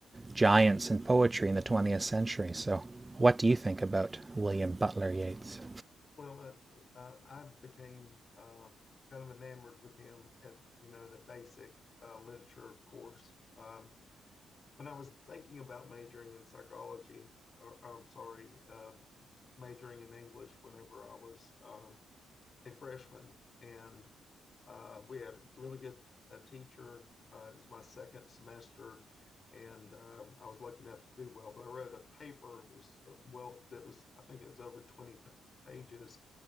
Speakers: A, on the right; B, on the left.
A: giants in poetry in the 20th century. So, what do you think about William Butler Yeats?
B: Well, uh, uh, I became uh, kind of enamored with him at you know the basic uh, literature course. Um, when I was thinking about majoring in psychology, or, I'm sorry, uh, majoring in English whenever I was um, a freshman, and uh, we had a really good uh, teacher. Uh, it was my second semester, and um, I was lucky enough to do well. But I wrote a paper that was uh, well that was I think it was over 20 pages